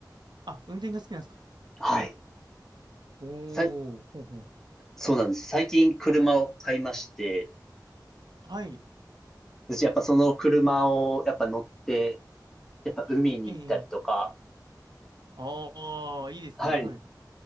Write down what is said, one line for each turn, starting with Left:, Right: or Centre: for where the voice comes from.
Right: あ、運転が好きなんですか
Centre: はい。
Right: おー、
Centre: さい、
Right: ほんほん。
Centre: そうなんです。最近車を買いまして、
Right: はい。
Centre: 私やっぱその車をやっぱ乗って、やっぱ海に行ったりとか、
Right: ええ、ええ。ああ、いいですね。
Centre: はい。
Right: はい。